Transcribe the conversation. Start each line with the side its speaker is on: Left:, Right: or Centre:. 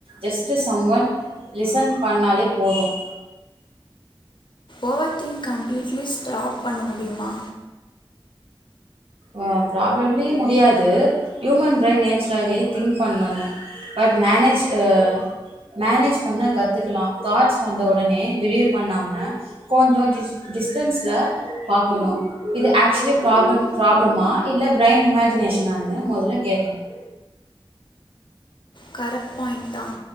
Right: ஜஸ்ட் சம் ஒன் லிசன் பண்ணாலே போதும்
Left: ஓவர் திங் கம்ப்ளீட்லி ஸ்ட்ராப் பண்ண முடியுமா
Right: ஆஹ் ப்ராப்ளம்லயே முடியாது ஹியூமன் பிரைன் நேச்சராவே திங்க் பண்ணணும் பட் மேனேஜ் ஆஹ் மேனேஜ் பண்ண கத்துக்கலாம் தாட்ஸ் வந்த உடனே பிலீவ் பண்ணாம கொஞ்சோ டிஸ் டிஸ்டன்ஸ்ல பாக்கணும் இது ஆக்சுவலி ப்ராப்ளம் ப்ராப்ளமா இல்ல பிரைன் இமேஜினேஷனானு மொதல்ல கேக்கணும்
Left: கரெக்ட் பாயிண்ட் தான்